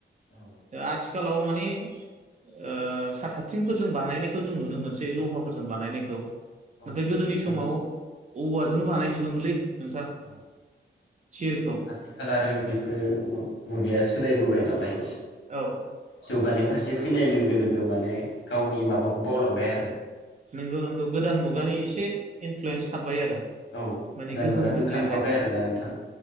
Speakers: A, on the left (about 85°); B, on the right (about 40°).
A: औ
B: ओ आथि खालाव माने ओ साथाथिंफोरजों बानायनायखौ जों नुनो मोनसै लहाफोरजों बानायनायखौ
A: औ
B: नाथाय
A: आथिखाल
B: गोदोनि समाव औवाजोंल' बानाय जोबोमोनलै। नोंथां
A: औ
B: थिरखौ
A: आथिखाल आरो बेफ्रो मु-मुगाया सोलायबोबाय। नालाय
B: औ
A: जौगानाय फारसे फैनायनि लो गो माने गावनि माबाखौ बावलांबाय आर
B: नोंगौ नोंगौ गोदान मुगानि एसे इनफ्लुयेन्स हाब्बाय आरो।
A: औ
B: माने
A: गोदान
B: गोहोम
A: मुगाजों
B: गोग्लैबाय
A: खारफाबाय आरोना नोंथां